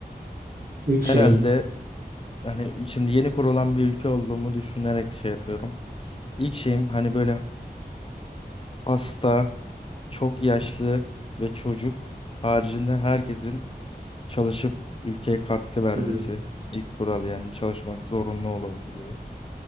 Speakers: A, on the right; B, on the left.
A: İlk
B: herhalde
A: şeyim
B: hani şimdi yeni kurulan bir ülke olduğumu düşünerek şey yapıyorum. İlk şeyim hani böyle hasta, çok yaşlı ve çocuk haricinde herkesin çalışıp ülkeye katkı vermesi.
A: hı,
B: İlk kural yani çalışmak zorunlu olurdu.